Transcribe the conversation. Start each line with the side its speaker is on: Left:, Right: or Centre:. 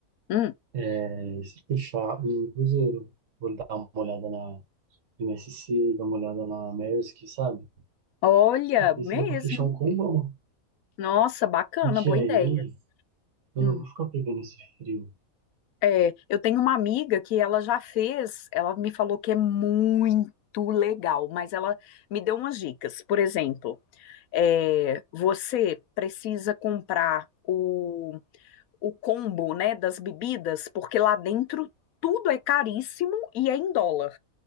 Left: hum.
Right: É se fechar um cruzeiro. Vou dar uma olhada na MSC, dar uma olhada na Maersk, sabe?
Left: Olha,
Right: E ver
Left: mesmo.
Right: se dá pra fechar um combão.
Left: Nossa, bacana,
Right: Porque
Left: boa
Right: aí
Left: ideia.
Right: eu
Left: Hum.
Right: não vou ficar pegando esse frio.
Left: É, eu tenho uma amiga que ela já fez, ela me falou que é muito legal, mas ela me deu umas dicas. Por exemplo, é, você precisa comprar o, o combo, né, das bebidas, porque lá dentro tudo é caríssimo e é em dólar.